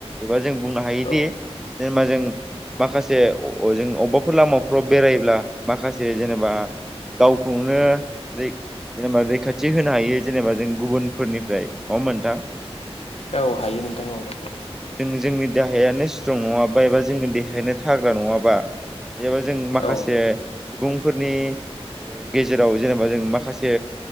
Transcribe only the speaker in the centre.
एबा जों बुंनो हायोदि
जेनेबा जों माखासे अ-अ जों अबेबाफोर लामाफ्राव बेरायोब्ला माखासे जेनेबा गावखौनो दै जेनेबा रैखाथि होनो हायो जेनेबा जों गुबुनफोरनिफ्राय नङा होमबा नोंथां
औ जों जोंनि देहायानो स्ट्रं नङा बा एबा जोंनि देहा बेखायनो थाग्रा नङाबा एबा जों माखासे
सुबुंफोरनि ओ गेजेराव जेनेबा जों माखासे